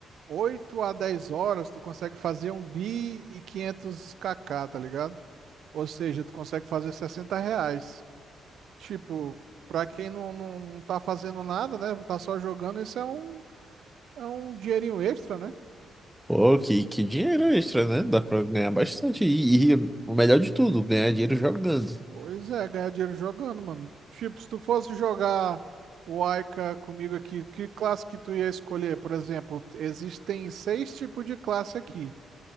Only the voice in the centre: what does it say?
pô, que, que dinheiro extra, né? Dá pra ganhar bastante. E, e o melhor de tudo, ganhar dinheiro jogando.